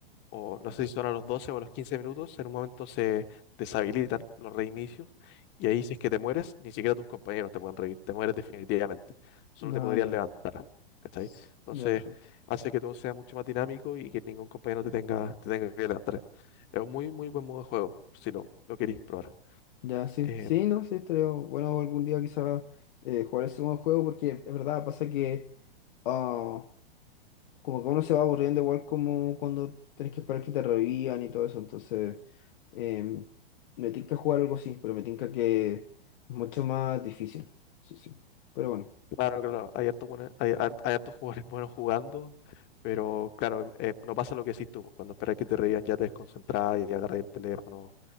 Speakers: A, on the left; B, on the left.
A: o no sé si son a los 12 o a los 15 minutos, en un momento se deshabilitan los reinicios y ahí si es que te mueres, ni siquiera tus compañeros te pueden revivir, te mueres definitivamente, solo
B: no,
A: te podrías
B: ya.
A: levantar, ¿cachai?
B: S-
A: Entonces
B: Ya, perfecto.
A: hace que todo sea mucho más dinámico y que ningún compañero te tenga, te tenga que levantar. Es un muy, muy buen modo de juego, si lo, lo queréis probar.
B: Ya, sí,
A: Eh,
B: sí, no, sí, estaría bueno algún día quizás eh, jugar ese modo de juego porque es verdad, pasa que... ah, como que uno se va aburriendo igual como cuando tenés que esperar que te revivan y todo eso. Entonces, em, me tinca jugar algo así, pero me tinca que es mucho más difícil. Eso sí. Pero bueno.
A: Claro, claro, hay hartos buenos- hay har- hay hartos jugadores <laughs> buenos jugando, pero claro, em- eh, no pasa lo que decís tú, pues, cuando esperas que te reían ya te desconcentrás y agarras el teléfono,